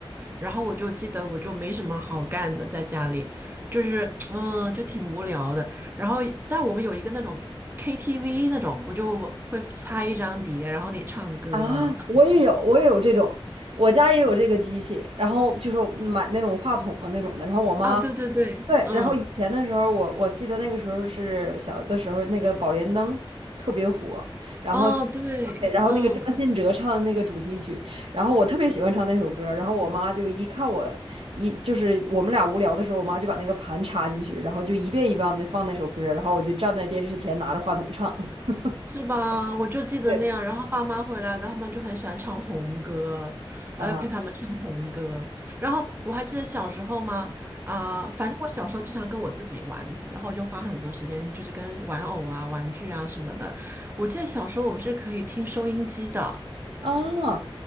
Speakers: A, on the right; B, on the right.
A: 然后我就记得我就没什么好干的，在家里就是嗯，就挺无聊的。然后，但我们有一个那种 KTV 那种，我就会插一张碟，然后你唱歌啊。
B: 啊，我也有，我也有这种，我家也有这个机器，然后就是买那种话筒的那种的，然后我妈
A: 啊，对对对，
B: 对，
A: 嗯，
B: 然后以前的时候我，我记得那个时候是小的时候，那个宝莲灯特别火，然后对，
A: 啊，对，
B: 然后那个张信哲唱的那个主题曲，
A: 嗯，
B: 然后我特别喜欢唱那首歌儿然后我妈就一看我一就是我们俩无聊的时候，我妈就把那个盘插进去，然后就一遍一遍的放那首歌儿然后我就站在电视前拿着话筒唱。<laughs>
A: 是吧？我就记得那样，
B: 对
A: 然后爸妈回来的，他们就很喜欢唱红歌，
B: 啊，
A: 还要陪他们唱红歌。然后我还记得小时候嘛，啊、反正我小时候经常跟我自己玩，然后就花很多时间，就是跟玩偶啊、玩具啊什么的。我记得小时候我们是可以听收音机的，
B: 啊，